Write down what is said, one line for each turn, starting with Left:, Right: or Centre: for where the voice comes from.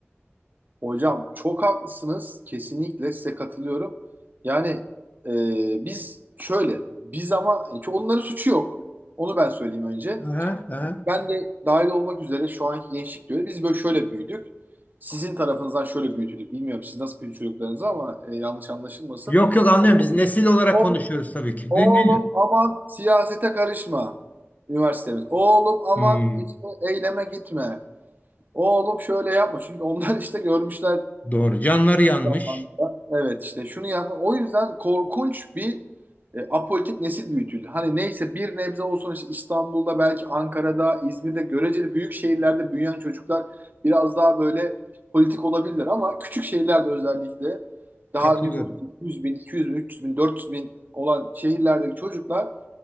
Right: Hocam çok haklısınız. Kesinlikle size katılıyorum. Yani e, biz şöyle biz ama çünkü onların suçu yok. Onu ben söyleyeyim önce.
Left: Aha, aha.
Right: Ben de dahil olmak üzere şu anki gençlik diyor. Biz böyle şöyle büyüdük. Sizin tarafınızdan şöyle büyütüldük. Bilmiyorum siz nasıl büyüdü çocuklarınızı ama e, yanlış anlaşılmasın.
Left: Yok yok anlıyorum.
Right: Oğlum,
Left: Biz nesil olarak
Right: oğlum,
Left: konuşuyoruz tabii ki.
Right: oğlum
Left: Değil, değil.
Right: aman siyasete karışma. Üniversitemiz. Oğlum aman
Left: Hmm,
Right: işte eyleme gitme. Oğlum şöyle yapma. Çünkü onlar işte görmüşler
Left: doğru. Canları yanmış.
Right: Zamanında. Evet işte şunu yapma. O yüzden korkunç bir e, apolitik nesil büyütüldü. Hani neyse bir nebze olsun işte İstanbul'da belki Ankara'da, İzmir'de göreceli büyük şehirlerde büyüyen çocuklar biraz daha böyle politik olabilirler ama küçük şehirlerde özellikle daha
Left: Katılıyorum.
Right: nüfus 100 bin, 200 bin, 300 bin, 400 bin olan şehirlerdeki çocuklar